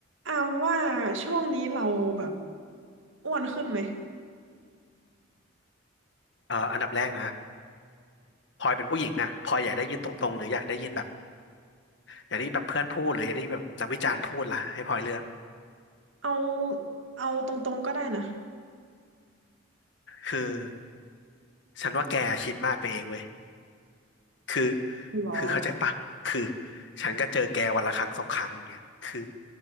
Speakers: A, on the right; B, on the left.
A: อามว่าช่วงนี้เราแบบอ้วนขึ้นไหม
B: เอ่ออันดับแรกนะพลอยเป็นผู้หญิงอ่ะพลอยอยากได้ยินตรงๆหรืออยากได้ยินแบบอยากได้ยินแบบเพื่อนพูดหรืออยากได้ยินแบบนักวิจารณ์พูดล่ะให้พลอยเลือก
A: เอาเอาตรงๆก็ได้นะ
B: คือฉันว่าแกคิดมากไปเองเว้ยคือ
A: หรอ
B: คือเข้าใจปะคือฉันก็เจอแกวันละครั้งสองครั้งอย่างเงี้ยคือ